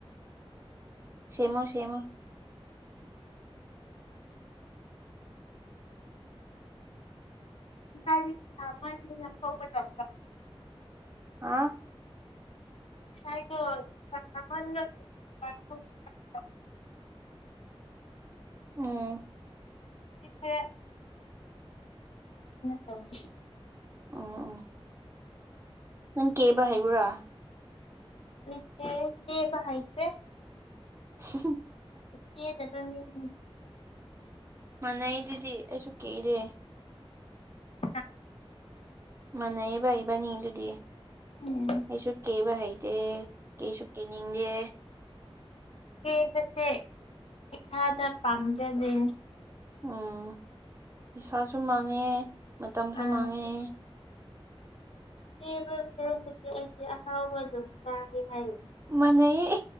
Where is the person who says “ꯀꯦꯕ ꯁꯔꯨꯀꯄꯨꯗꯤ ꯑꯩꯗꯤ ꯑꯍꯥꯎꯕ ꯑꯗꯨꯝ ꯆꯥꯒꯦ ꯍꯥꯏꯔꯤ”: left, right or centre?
Left